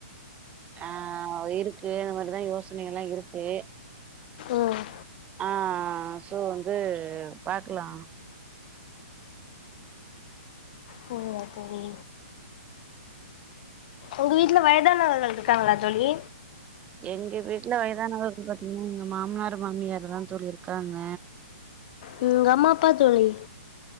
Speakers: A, on the right (about 20°); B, on the left (about 45°).
A: ஆ இருக்கு அந்த மாதிரிதான் யோசனைகள் எல்லா இருக்கு
B: ம்
A: அ அ அ சோ வந்து பாக்குலா
B: போவுவா தோழி ஒங்கு வீட்ல வயதானவர்கள்ருக்காங்களா தோழி
A: எங்க வீட்டுல வயதானவர் பாத்தீங்கன்னா எங்க மாமனார் மாமியார் தான் இருக்காங்க
B: ம் உங்க அம்மா அப்பா தோழி